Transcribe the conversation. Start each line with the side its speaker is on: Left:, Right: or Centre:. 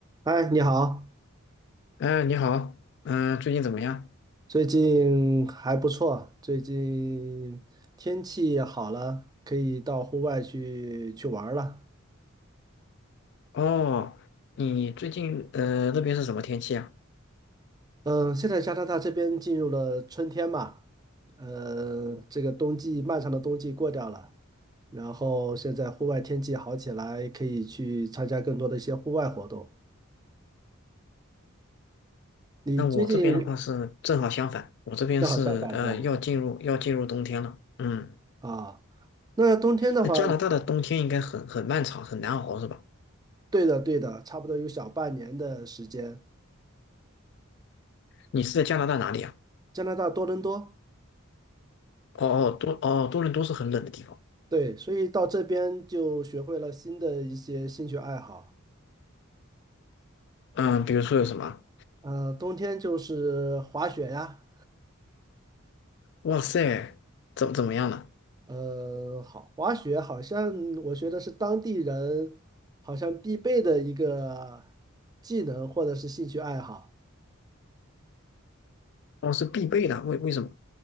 Right: 嗨，你好，
Left: 哎，你好，嗯、最近怎么样？
Right: 最近还不错，最近天气好了，可以到户外去去玩儿了。
Left: 哦，你最近呃那边是什么天气啊？
Right: 嗯，现在加拿大这边进入了春天嘛，呃，这个冬季漫长的冬季过掉了，然后现在户外天气好起来，可以去参加更多的一些户外活动。你最近
Left: 那我这边的话是正好相反，我这边是呃要进入要进入冬天了。
Right: 正好相反是吧？
Left: 嗯，
Right: 啊，那冬天的话，
Left: 那加拿大的冬天应该很很漫长，很难熬是吧？
Right: 对的对的，差不多有小半年的时间，
Left: 你是在加拿大哪里啊？
Right: 加拿大多伦多。
Left: 哦哦，多哦多伦多是很冷的地方。
Right: 对，所以到这边就学会了新的一些兴趣爱好。
Left: 嗯，比如说有什么？
Right: 呃，冬天就是滑雪呀，
Left: 哇塞，怎怎么样呢？
Right: 呃，好，滑雪好像我觉得是当地人好像必备的一个技能或者是兴趣爱好。
Left: 哦，是必备的，为为什么？